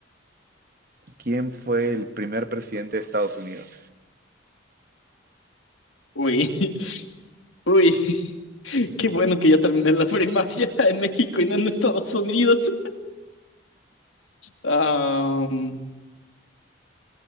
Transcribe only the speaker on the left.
Uy. Uy, <laughs> qué bueno que ya terminé la primaria <laughs> en México y no en Estados Unidos. Am,